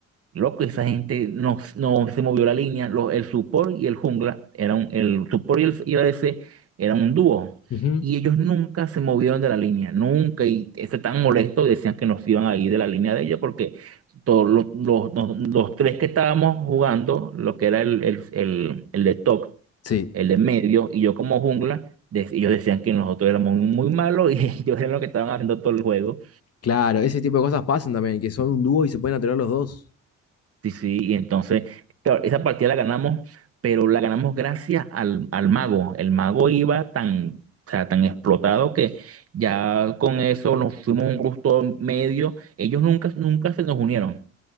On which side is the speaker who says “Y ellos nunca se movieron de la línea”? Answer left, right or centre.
Right